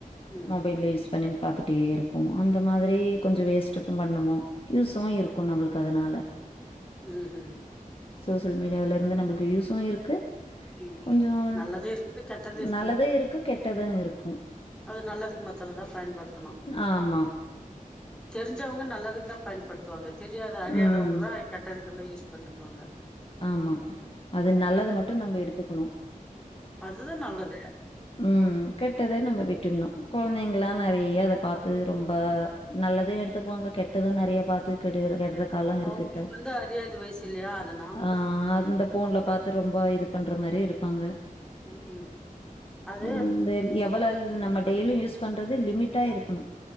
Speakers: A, in the centre; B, on the left.
A: ம்
B: மொபைல்ய பண்ணி பாத்துட் அப்டி இருப்போம் அந்த மாதிரி கொஞ்சோ வேஸ்ட்டும் பண்ணுவோம் யூஸும் இருக்கும் நம்மளுக்கு அதனால
A: உம் உம்
B: சோசியல் மீடியாவில இருந்து நம்மளுக்கு யூஸும் இருக்கு
A: உம்
B: கொஞ்சம்
A: நல்லது இருக்கு கெட்டது இருக்கு
B: நல்லதும் கெட்டதும் இருக்கும்.
A: அது நல்லதுக்கு மட்டுதா பயன்படு
B: ஆமா
A: தெரிஞ்சவங்க நல்லதுக்கு தான் பயன்படுத்துவாங்க தெரியாத அறியாத
B: ம்.
A: அவங்க தான் கெட்டது இதெல்லாம் யூஸ் பண்ணுக்குவாங்க
B: ஆமா அது நல்லத மட்டும் நம்ம எடுத்துக்கணும்
A: அதுதா நல்லது
B: உம் கெட்டத நம்ம விட் குழந்தைங்களா நெறைய அத பாத்து ரொம்ப நல்லதே எடுத்துப்பாங்க கெட்டது இப்டிதா நெறைய பாத்து கெடு கெட்ற காலம்
A: அவங்களுக்கு
B: இருக்கு இப்ப
A: வந்து அறியாத வயசு இல்லையா அத நாமதா
B: ஆஹ்
A: சொல்லி வளக்கணுமா
B: அந்த ஃபோன்ல பாத்து ரொம்ப இது பண்ணுற மாதிரி இருப்பாங்க
A: ம் ம் அது
B: அந்த எவ்வளவு நமக் டெய்லியும் யூஸ் பண்றது லிமிட்டா இருக்கணும்